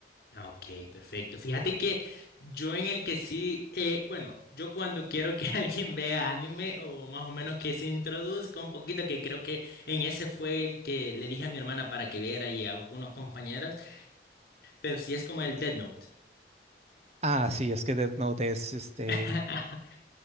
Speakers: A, on the left; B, on the right.
A: Ah, Ok, perfecto. Fíjate que yo en el que sí, eh, bueno, yo cuando quiero que <laughs> alguien vea anime o más o menos que se introduzca un poquito, que creo que en ese fue el que le dije a mi hermana para que viera y a algunos compañeros, pero sí es como el Dead Note.
B: Ah, sí, es que Death Note es este,
A: <laughs>